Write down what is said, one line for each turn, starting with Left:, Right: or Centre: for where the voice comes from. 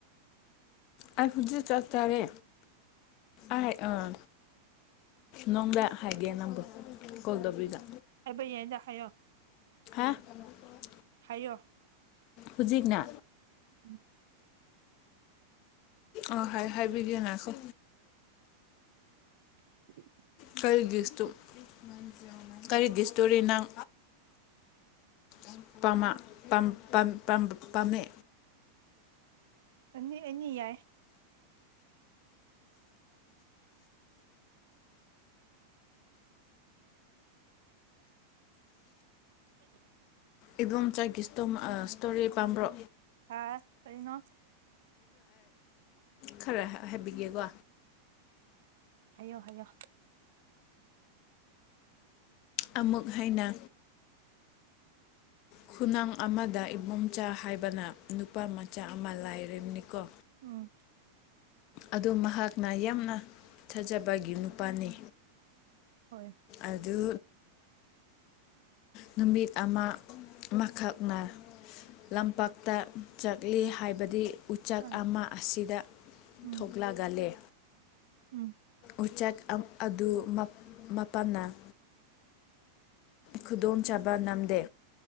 Left: ꯑꯩ ꯍꯧꯖꯤꯛ ꯆꯠ ꯆꯥꯔꯦ ꯑꯩ ꯑꯥ ꯅꯪꯗ ꯍꯥꯏꯒꯦ ꯅꯝꯕꯔ ꯀꯣꯜ ꯇꯧꯕꯗ
Right: ꯍꯥꯏꯕ ꯌꯥꯏꯗ ꯍꯥꯏꯌꯣ
Left: <unintelligible>
Right: ꯍꯥꯏꯌꯣ
Left: ꯍꯧꯖꯤꯛꯅ
Right: ꯎꯝ
Left: ꯑ ꯍꯥꯏꯕꯤꯒꯦ ꯉꯥꯏꯈꯣ
Right: <inaudible>
Left: ꯈꯔꯤꯗꯤꯁꯨꯝ <unintelligible> ꯀꯔꯤꯒꯤ ꯏꯁꯇꯣꯔꯤꯅꯪ ꯥꯅꯨꯄꯥ ꯑꯃ ꯄꯥꯝ ꯄꯥꯝ ꯄꯥꯝꯃꯦ
Right: ꯑꯅꯤ ꯑꯅꯤ ꯌꯥꯏ <inaudible>
Left: ꯑꯦꯝ ꯆꯥꯛꯒꯤ꯭ꯁ ꯏꯁꯇꯣꯔꯤ ꯀꯝꯝꯕꯔꯣ
Right: ꯍꯥꯥ ꯀꯩꯅꯣ
Left: ꯈꯔ ꯍꯥꯏꯕꯤꯒꯦꯀꯣ
Right: ꯍꯥꯏꯌꯣ ꯍꯥꯏꯌꯣ
Left: ꯑꯃꯨꯛ ꯍꯟꯅ ꯈꯨꯅꯥꯪ ꯑꯃꯗ ꯏꯕꯣꯝꯆꯥ ꯍꯥꯏꯕꯅ ꯅꯨꯄꯥ ꯃꯆꯥ ꯑꯃ ꯂꯥꯏꯅꯤꯀꯣ
Right: ꯎꯝ
Left: ꯑꯗꯨ ꯃꯍꯥꯛꯅ ꯌꯥꯝꯅ ꯊꯥꯖꯕꯒꯤ ꯅꯨꯄꯥꯅꯤ
Right: ꯍꯣꯏ
Left: ꯑꯗꯨ ꯅꯨꯃꯤꯠ ꯑꯃ ꯑꯃꯈꯛꯅ ꯂꯝꯄꯥꯛꯛꯇ ꯆꯠꯂꯤ ꯍꯥꯏꯕꯗꯤ ꯎꯆꯥꯛ
Right: ꯑ
Left: ꯑꯃ ꯑꯁꯤꯗ
Right: ꯎꯝ
Left: ꯊꯣꯛꯂꯛꯒꯂ
Right: ꯎꯝ
Left: ꯎꯆꯥꯛ ꯑꯗꯨ ꯄꯅꯥ ꯈꯨꯗꯣꯡꯆꯥꯥꯕ ꯅꯝꯗꯦ